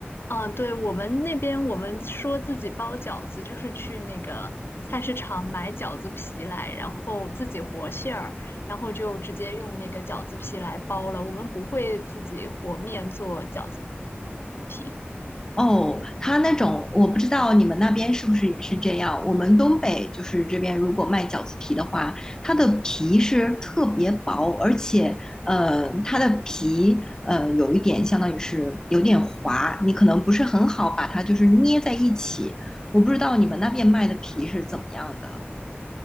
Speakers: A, on the left; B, on the left.
A: 啊，对，我们那边我们说自己包饺子，就是去那个菜市场买饺子皮来，然后自己和馅儿，然后就直接用那个饺子皮来包了。我们不会自己和面做饺子皮。
B: 哦，他那种我不知道你们那边是不是也是这样。我们东北就是这边，如果卖饺子皮的话，它的皮是特别薄，而且呃，它的皮呃有一点相当于是有点滑，你可能不是很好把它就是捏在一起。我不知道你们那边卖的皮是怎么样的。